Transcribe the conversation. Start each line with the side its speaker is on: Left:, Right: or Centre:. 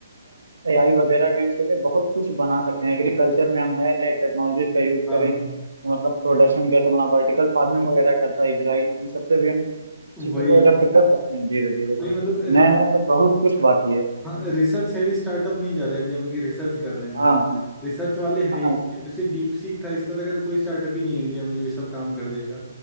Right: एआई वगैरह का यूज करके बहुत कुछ बना सकते हैं एग्रीकल्चर में हम नए नए टेक्नोलॉजी का यूज
Centre: हाँ
Right: करें तो मतलब प्रोडक्शन कैसे बना वर्टिकल फार्मिंग वगैरह करता है इजराइल इन सबसे भी हम
Centre: वही
Right: चीज़ों को अडेप्ट कर सकते हैं धीरे धीरे
Centre: वही मतलब
Right: नया नया पर बहुत कुछ बाकी है
Centre: हाँ रिसर्च हैवी स्टार्टअप नहीं ज्यादा इंडिया में कि रिसर्च कर रहे हो
Right: हाँ
Centre: रिसर्च वाले है
Right: हाँ
Centre: ही
Right: हाँ
Centre: नहीं जैसे डीप सीक था इस तरह का तो कोई स्टार्टअप ही नहीं है इंडिया में जो ये सब काम कर देगा